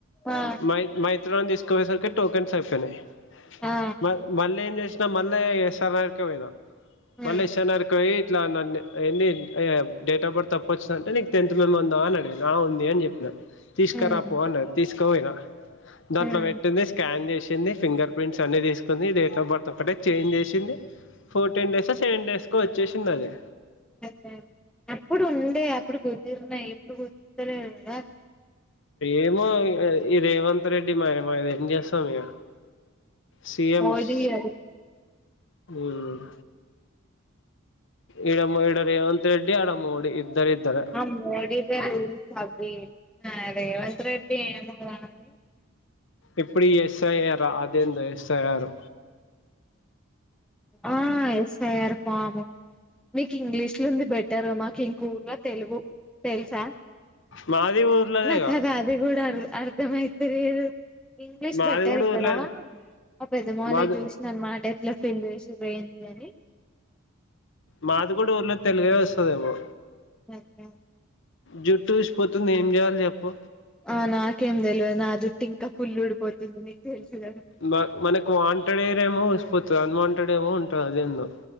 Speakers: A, in the centre; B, on the left (about 60°).
A: ఆ
B: మై మై త్రివనం తీసుకుపోయేసరికి టోకెన్స్ అయిపోయినాయి
A: ఆ
B: మ మళ్ళీ ఏం చేసినా మళ్ళీ ఎస్ఆర్ నగర్‌కే పోయినా
A: హ్మ్
B: మళ్ళీ ఎస్ఆర్ నగర్‌కి పోయి ఇట్లా నన్ని ఎన్ని ఎ డేట్ ఆఫ్ బర్త్ తప్పు వచ్చింది అంటే నీకు టెన్త్ మెమో ఉం దా అడిగింది ఆ ఉంది అని చెప్పిన తీసుకరా
A: హ్మ్
B: పో అన్నది తీసుకో పోయినా దాంట్లో
A: హ్మ్
B: పెట్టింది స్కాన్ చేసింది ఫింగర్ ప్రింట్స్ అన్ని తీసుకుంది డేట్ ఆఫ్ బర్త్ ఒకటే చేంజ్ చేసింది ఫోర్టీన్ డేసో సెవెన్ డేస్‌కో వచ్చేసింది అది
A: అదే అప్పుడు ఉండే అప్పుడు కుదిరిన్నాయి ఇప్పుడు కుదురుతలేదు కదా
B: ఏమో ఈ రేవంత్ రెడ్డి మహిమ ఏం చేస్తాం ఇగ సిఎంస్
A: మోడీ అది
B: ఉమ్మ్ ఇడ మో ఇడ రేవంత్ రెడ్డి అడ మోడీ ఇద్దరు ఇద్దరే
A: ఆ మోడీ అవే రూల్స్ అవి ఆ రేవంత్ రెడ్డి ఏమో గానీ
B: ఇప్పుడు ఎస్ఐఆర్ అదేందో ఎస్ఐఆర్
A: ఆ ఎస్ఐఆర్ ఫాము మీకు ఇంగ్లీషులో ఉంది బెటర్ మాకు కూర తెలుగు తెలుసా
B: మాది ఊర్లోనేగా
A: నాకది అద్ అది కూడా అర్ అర్థమైతలేదు ఇంగ్లీష్
B: మాది
A: బెటర్
B: కూడా
A: ఇక్కడ,
B: ఊర్లో
A: మా పెద్ద మామల్ల
B: మాది
A: చూసిన అన్మాట ఇట్లా ఫీల్ చేసి వేయంది అని
B: మాదిగూడ ఊర్లో తెలుగే వస్తదేమో
A: <inaudible>
B: జుట్టు ఉష్పోతుంది. ఏం చేయాలి చెప్పు.
A: ఆ నాకేం తెల్వద్, నా జుట్టు ఇంకా ఫుల్ ఊడిపోతుంది నీకు తెలుసు కదా.
B: మ మనకు వాంటెడ్ హెయిర్ ఏమో ఊసిపోతది, అన్వాంటెడ్ ఏమో ఉంటది అదేందో.